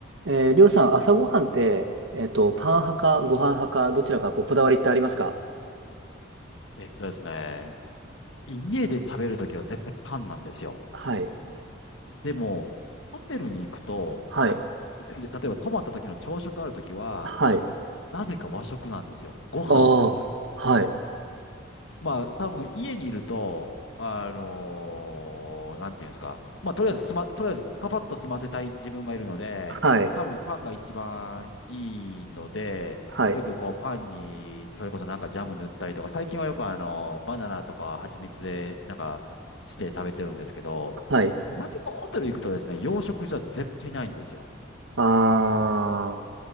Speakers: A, on the right; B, on the left.
A: えー、りょうさん、朝ごはんって、えっと、パン派かご飯派か、どちらかこうこだわりってありますか
B: えっとですね、家で食べるときは絶対缶なんですよ。
A: はい。
B: でも、ホテルに行くと、
A: はい。
B: ホテルで例えば泊まった時の朝食あるときは、
A: はい。
B: なぜか和食なんですよ。ご飯なんですよ。
A: ああ。はい。
B: まあ、多分家にいると、あのーなんていうんですか。まあ、とりあえずすま、とりあえずパパッと済ませたい自分がいるので、
A: はい。
B: 多分パンが一番いいので、
A: はい。
B: よくこうパンに、それこそなんかジャム塗ったりとか、最近はよくあの、バナナとか蜂蜜でなんかして食べてるんですけど、
A: はい。
B: なぜかホテル行くとですね、洋食じゃ絶対ないんですよ。
A: ああ。